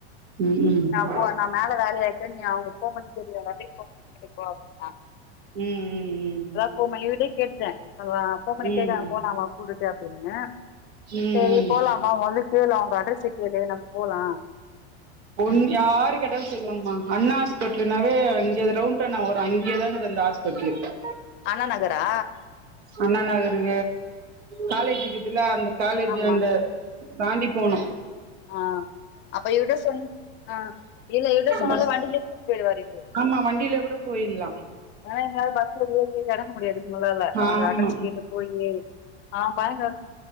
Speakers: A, on the right; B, on the left.
A: ம் ம்
B: நான்
A: ம்
B: போ நான் மேல வேலையா நீங்க அவுங்க பர்பாமஸ் தெரியல <unintelligible>
A: உம் உம்
B: போன்
A: உம்
B: பன்னி கேட்டுட்டேன் போன் பண்ணி
A: ம்
B: கேடங்க போலாமா கூட்டுட்டு அப்படின்னு
A: ம்
B: செரி போகலாமா வா வந்து கேலாம் உங்க அட்ரஸ கேளு நம்ம போலாம்
A: ஒன் யாரு கேட்டாலும் சொல்லுவாகமா அண்ண ஹாஸ்பிடலனாவே எது க்ரவுண்ட நான ஒரு <inaudible> அங்கேதான அது அந்த ஹா்பிடலுக்கு
B: அண்ணா நகரா
A: அண்ணா நகரு காலேஜ்க்குதுல அந்த காலேஜ்
B: ஆமா
A: அண்ட தாண்டி போனும்
B: ஆ அப்ப இவட சொன்ன ஆஹ் இல்ல இவருட்ட சொன்னாலும்
A: பஸ்
B: வண்டியில கூட்டிட்டு போய்டுவாரு <inaudible>
A: ஆமா வண்டியிலே கூட போயிட்லா
B: ஆனா எங்களால பஸ்ல ஏறி ஏறி இறங்க முடியாது ஒருவோளை அவங்க
A: ஆமா
B: அட்ரஸ் கேட்டு போயே ஏறி ஆஹ் பாயங்க